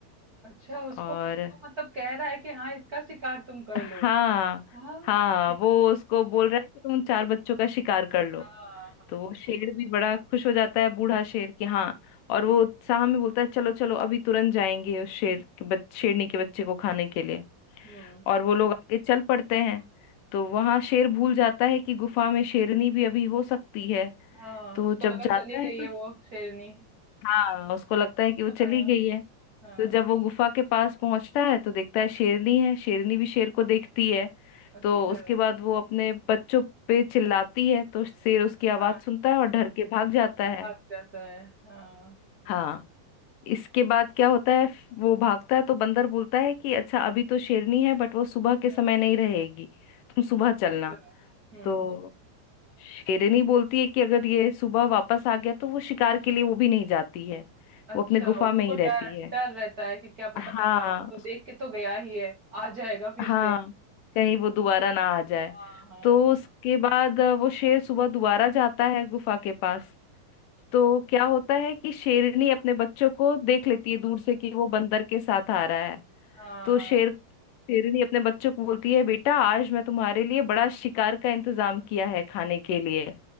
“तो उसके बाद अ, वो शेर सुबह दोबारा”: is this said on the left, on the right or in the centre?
Left